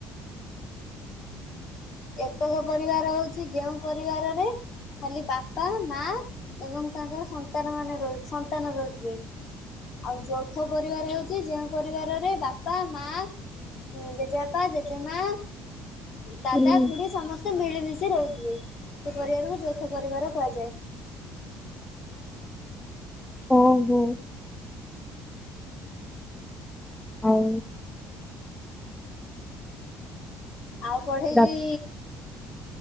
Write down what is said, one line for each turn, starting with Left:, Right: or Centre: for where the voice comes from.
Left: ଏକକ ପରିବାର ହଉଛି ଯେଉଁ ପରିବାରରେ ଖାଲି ବାପା ମା ଏବଂ ତାଙ୍କର ସନ୍ତାନ ମାନେ ର ସନ୍ତାନ ରହୁଥିବେ। ଆଉ ଯୌଥ ପରିବାର ହେଉଛି ଯେଉଁ ପରିବାରରେ ବାପା ମା ଜେଜେପା ଜେଜେମା।
Centre: ହୁଁ
Left: ଦାଦା ଖୁଡି ସମସ୍ତେ ମିଳିମିଶି ରହୁଥିବେ ସେ ପରିବାରକୁ ଯୌଥ ପରିବାର କୁହାଯାଏ।
Centre: ଓହୋ। ହଉ।
Left: ଆଉ ପଢେଇଲି
Centre: ରା